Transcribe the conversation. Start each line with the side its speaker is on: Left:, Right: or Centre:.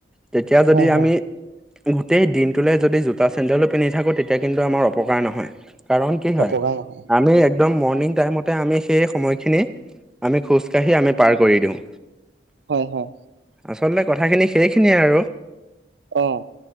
Centre: তেতিয়া যদি
Right: হয় হয়
Centre: আমি গোটেই দিনটোলৈ যদি জোতা চেণ্ডেলো পিন্ধি থাকোঁ তেতিয়া কিন্তু আমাৰ অপকাৰ নহয়। কাৰণ কি হয়
Right: অপকাৰ নহয়
Centre: আমি একদম মৰ্ণিং টাইমত ততে আমি সেই সময়খিনি আমি খোজ কাঢ়ি আমি পাৰ কৰি দিওঁ।
Right: হয় হয়।
Centre: আচলতে কথাখিনি সেইখিনিয়ে আৰু।
Right: অ'